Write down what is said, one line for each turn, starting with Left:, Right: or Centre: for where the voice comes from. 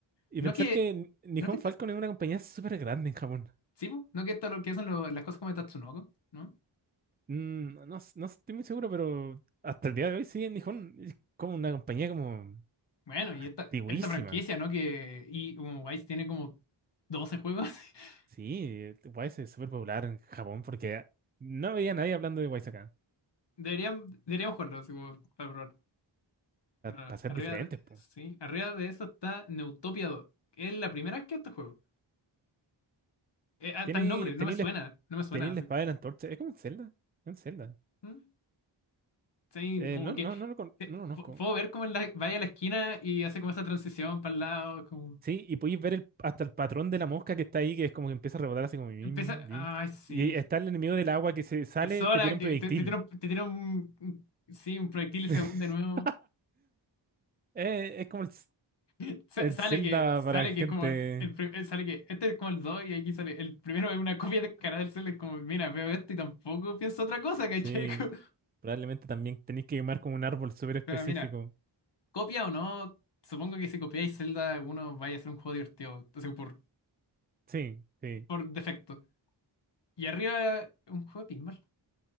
Right: Y
Left: No
Right: pensar
Left: que...
Right: que Nihon
Left: No que esta...
Right: Falcon es una compañía súper grande en Japón.
Left: Sí, po, no que esto lo que son lo- las cosas como de Tatsunoko, ¿no?
Right: Mm, no, s- no estoy muy seguro, pero hasta el día de hoy sí, en Nihon es como una compañía como
Left: Bueno,
Right: ah,
Left: y
Right: antiguísima.
Left: esta, esta franquicia, ¿no? Que... Y como Wise tiene como 12 juegos. <laughs>
Right: Sí, Wise es súper popular en Japón porque no había nadie hablando de Wise acá.
Left: Deberían, deberíamos jugarlos, como, para probar. Ah,
Right: Para ser
Left: arriba
Right: diferentes,
Left: de...
Right: pues.
Left: Sí, arriba de eso está Neutopia dos, Es la primera vez que este juego. Eh, hasta
Right: Tiene,
Left: el nombre, no
Right: tení
Left: me suena,
Right: la,
Left: no me suena
Right: tení la
Left: así.
Right: espada de la antorcha. Es como un Zelda. Es un Zelda.
Left: ¿Mm? Sí,
Right: Eh,
Left: como
Right: no, no,
Left: que
Right: no lo, con-
Left: te-
Right: no lo
Left: pu-
Right: conozco.
Left: puedo ver cómo él la- vaya a la esquina y hace como esa transición para el lado, como
Right: Sí, y podéis ver el- hasta el patrón de la mosca que está ahí, que es como que empieza a rebotar así como bim,
Left: empieza,
Right: bim.
Left: ay sí,
Right: Y está el enemigo del agua que se sale,
Left: el Sora
Right: te tira un
Left: que
Right: proyectil.
Left: te, te tira un, te tira un- un- sí, un proyectil
Right: <laughs>
Left: según de nuevo.
Right: Eh, es como el, Z-
Left: <laughs> Sa-
Right: el
Left: sale
Right: Zelda
Left: que sale
Right: para gente.
Left: que es como el pri- eh, sale que este es como el 2 y aquí sale el primero es una copia de cara del Cell, es como mira, veo esto y tampoco pienso otra cosa, ¿cachai?
Right: Sí.
Left: <laughs> Como-
Right: Probablemente también tenéis que quemar como un árbol súper específico.
Left: Pero mira, copia o no, supongo que si copiáis Zelda uno vaya a ser un juego divertido, o sea, por
Right: Sí, sí.
Left: por defecto. Y arriba, un juego de pinball.